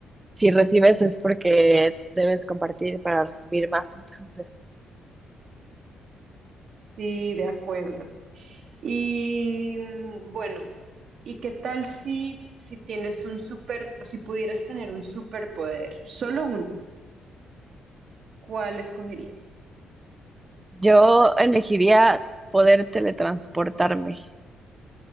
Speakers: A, on the right; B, on the right.
A: si recibes es porque debes compartir para recibir más. Entonces,
B: Sí, de acuerdo. Y mm, bueno, ¿y qué tal si, si tienes un super, si pudieras tener un superpoder, solo uno, ¿cuál escogerías?
A: yo elegiría poder teletransportarme.